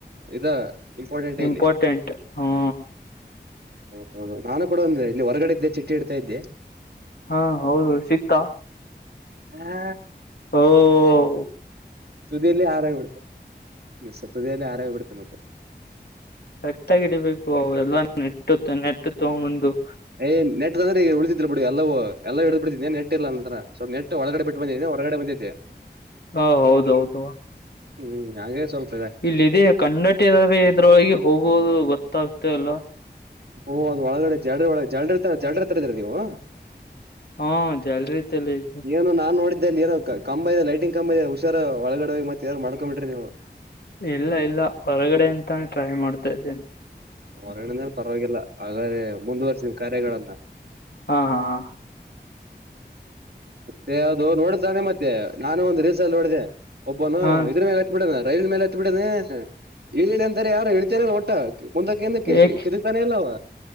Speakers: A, on the right; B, on the left.
A: ಇದ ಇಂಪೋರ್ಟಂಟ್
B: ಇಂಪಾರ್ಟೆಂಟ್
A: ಇಲ್ಲಿ <inaudible>
B: ಹಾ
A: ಹ ಹೌದು ನಾನು ಕೂಡ ಒಂದೆ ಇಲ್ಲಿ ಹೊರಗಡೆಇದ್ದೆ ಚಿಟ್ಟಿ ಇಡ್ತಾ ಇದ್ದೆ.
B: ಹಾ ಹೌದು ಸಿಕ್ತಾ.
A: <inaudible> ಹಾ
B: ಓಹೋ....
A: ತುದಿಯಲ್ಲಿ ಆರೋಗಿ ಬಿಟತ <inaudible> ಮತ್ತ್ ಸುತದೇನೆ ಆರೋಗಿ ಬಿಡುತ್ತ ಮತ್ತೆ.
B: ಕರೆಕ್ಟ್ ಆಗಿ ಇಡಿಬೇಕು ಅವ ಎಲ್ಲ ನೆಟ್ಟ ನೆಟ್ಟ ತೊಬಂದ
A: ಏ ನೆಟ್ ಆದ್ರ ಈಗ ಉಳದಿದಿಲ್ಲ ಬಿಡು ಎಲ್ಲವ ಎಲ್ಲ ಇಡ್ದ ಬಿಡ್ದತಿದ್ದಿನಿ ಏ ನೆಟ್ ಇಲ್ಲ ನನ್ನ ಹತ್ರ ಸ್ವಪ್ ನೆಟ್ ಒಳಗಡೆ ಬಿಟ್ಟು ಬಂದಿದ್ದ ಹೊರಗಡೆ ಬಂದಿದ್ದೆ.
B: ಹ ಹೌದ ಹೌದ
A: ಹ್ಮ್ ಹಾಗೆ ಸ್ವಲ್ಪ್
B: ಇಲ್ಲ ಇದೆ ಕನ್ನಟಿರವೇ ಇದ್ರುಈ ಹೋಗುವುದು ಗೊತ್ತಾಗ್ತ ಇಲ್ಲಾ
A: ಓ ಅದ್ ಒಳಗಡೆ ಜಾಡ್ರಿ ಒಳ್ಗೆ ಜಾಡ್ರಿ ಜಾಡ್ರಿ ತರದಿರಿ ನೀವು
B: ಹಾ ಜಲ್ರಿ ತಂದಿವಿ
A: ಏನೋ ನಾ ನೋಡಿದ್ದೆ ಇ ಏನೋ ಕಂಬ ಇದೆ ಲೈಟಿಂಗ್ ಕಂಬ ಇದೆ ಹುಷಾರ ಒಳಗಡೆ ಹೋಗಿ ಮತ್ತ ಏನರ್ ಮಾಡ್ಕೊಂಡ ಬಿಟ್ರಿ ನೀವು
B: ಇಲ್ಲ ಇಲ್ಲ ಹೊರಗಡೆ ಅಂತಾನ ಟ್ರೈ ಮಾಡ್ತಾ ಇದ್ದೇನೆ.
A: ಹೊರಗಡನೇ ಪರವಾಗಿಲ್ಲ ಹಾಗಾದೆ ಮುಂದುವರ್ಸಿ ಕಾರ್ಯಗಳನ್ನ
B: ಹಾ ಹಾ ಹಾ
A: ದೇ ಅದು ನೋಡ್ತಾನೆ ಮತ್ತೆ ನಾನು ಒಂದು ರೀಲ್ಸ್ ಅಲ್ಲಿ ನೋಡಿದೆ <inaudible> ಒಬ್ಬನು
B: ಹಾ ಹಾ
A: ಇದ್ರ ಮೇ ಬಿಟ್ಟಾನ ರೈಲ್ ಮೇಲೆ ಹತ್ತ ಬಿಟ್ಟನ <inaudible> ಇಳಿರಿ ಅಂತಾರೆ ಯಾರು ಇಳಿತಾನೆ ಇಲ್ಲ ಹೊಟ್ಟ ಮುಂದಕ್ಕೆ ಇಂದಕ್ಕೆ
B: ಏಕೆ
A: ಕಿದಕ್ ತಾನ ಇಲ್ಲ ಅವ